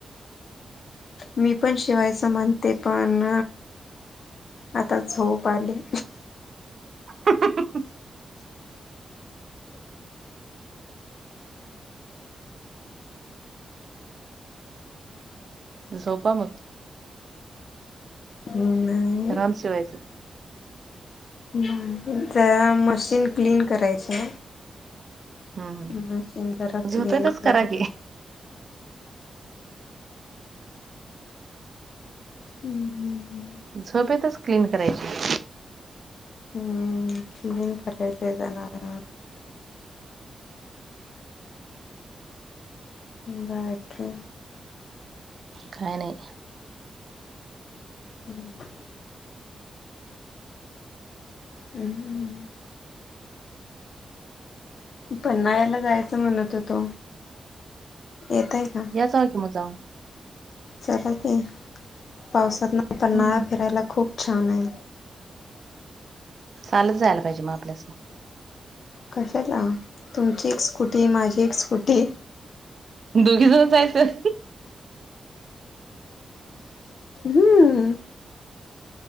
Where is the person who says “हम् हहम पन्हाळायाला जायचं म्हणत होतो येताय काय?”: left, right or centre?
Left